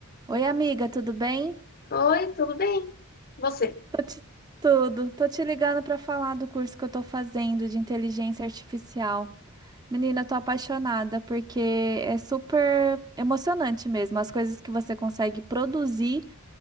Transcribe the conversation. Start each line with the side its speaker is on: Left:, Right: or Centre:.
Right: Oi, amiga, tudo bem?
Left: Oi, tudo bem? Você?
Right: Tô te... Tudo. Tô te ligando para falar do curso que eu tô fazendo de inteligência artificial. Menina, eu tô apaixonada porque é super emocionante mesmo as coisas que você consegue produzir